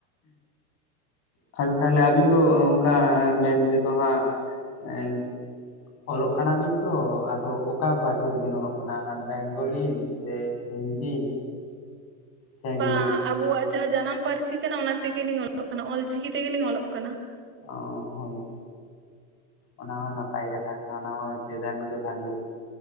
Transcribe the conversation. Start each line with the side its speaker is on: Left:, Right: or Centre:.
Left: ᱯᱷᱟᱞ ᱛᱟᱦᱞᱮ ᱟᱵᱤᱱ ᱫᱚ ᱚᱝᱠᱟ ᱢᱮᱱ ᱛᱮᱫᱚ ᱦᱟᱸᱜ ᱮᱸ ᱚᱞᱚᱜ ᱠᱟᱱᱟᱵᱤᱱ ᱛᱚ ᱟᱫᱚ ᱚᱠᱟ ᱯᱟᱹᱨᱥᱤ ᱛᱮᱵᱤᱱ ᱚᱞᱚᱜ ᱠᱟᱱᱟ ᱚᱱᱟ ᱵᱮᱝᱜᱚᱞᱤ ᱥᱮ ᱦᱤᱱᱫᱤ ᱥᱮ ᱤᱝᱞᱤᱥ
Right: ᱵᱟ, ᱟᱵᱚᱣᱟᱜ ᱡᱟᱦᱟᱸ ᱡᱟᱱᱟᱢ ᱯᱟᱹᱨᱥᱤ ᱠᱟᱱᱟ ᱚᱱᱟ ᱛᱮᱜᱮᱞᱤᱧ ᱚᱞᱚᱜ ᱠᱟᱱᱟ ᱚᱞᱪᱤᱠᱤ ᱛᱮᱜᱮᱞᱤᱧ ᱚᱞᱚᱜ ᱠᱟᱱᱟ
Left: ᱚ ᱦᱳᱭ, ᱚᱱᱟᱦ ᱦᱚᱸ ᱱᱟᱯᱟᱭ ᱠᱟᱛᱷᱟ ᱠᱟᱱᱟ ᱚᱱᱟ ᱦᱚᱸ ᱪᱮᱫᱟᱱ ᱜᱮ ᱵᱷᱟᱞᱤᱭᱮᱱ